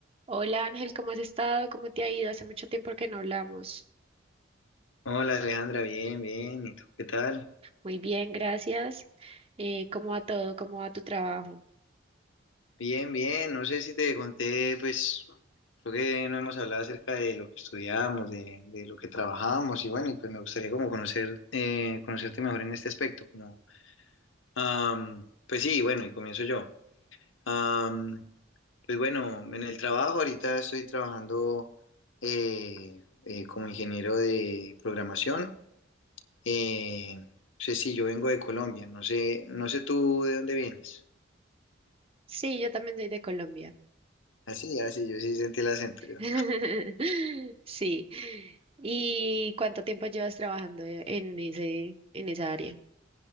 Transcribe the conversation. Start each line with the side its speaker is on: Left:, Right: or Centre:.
Right: Hola Ángel, ¿cómo has estado? ¿Cómo te ha ido? Hace mucho tiempo que no hablamos.
Left: Hola Alejandra, bien, bien. ¿Y tú qué tal?
Right: Muy bien, gracias. Eh, ¿cómo va todo? ¿Cómo va tu trabajo?
Left: Bien, bien. No sé si te conté, pues creo que no hemos hablado acerca de lo que estudiamos, de, de lo que trabajamos y bueno, y pues me gustaría como conocer, eh, conocerte mejor en este aspecto. Como, am, pues sí, bueno, y comienzo yo. Am, pues bueno, en el trabajo ahorita estoy trabajando eh, eh, como ingeniero de programación. Eh, no sé si yo vengo de Colombia, no sé, no sé tú de dónde vienes.
Right: Sí, yo también soy de Colombia.
Left: Así, así, yo sí sentí el acento yo.
Right: <laughs> Sí. ¿Y cuánto tiempo llevas trabajando e- en ese, en esa área?